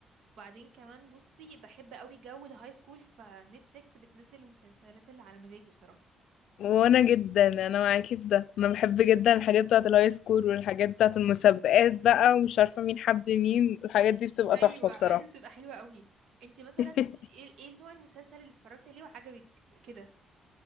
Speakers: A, on the right; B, on the left.
A: وبعدين كمان بصي بحب قوي جو الهاي سكول فنتفليكس بتنزل المسلسلات اللي على مزاجي بصراحه
B: وانا جدا انا معاكي في ده انا بحب جدا الحاجات بتاعه الهاي سكول والحاجات بتاعه المسابقات بقى ومش عارفه مين حب مين الحاجات دي بتبقى
A: ايوه
B: تحفه بصراحه
A: ايوه بتبقى حلوه قوي انت مثلا
B: <laughs>
A: ايه ايه نوع المسلسل اللي اتفرجت عليه وعجبك كده